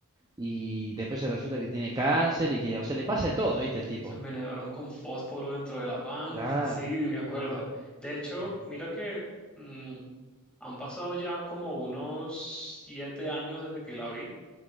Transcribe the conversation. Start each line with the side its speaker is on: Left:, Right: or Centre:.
Right: Y después se resulta que tiene cáncer y que, o sea, le pasa de todo, ¿viste? El tipo.
Centre: Se envenenaron con fósforo dentro de la van.
Right: Claro.
Centre: Sí, me acuerdo.
Right: No,
Centre: De hecho,
Right: eh,
Centre: mira que mm, han pasado ya como unos siete años desde que la vi.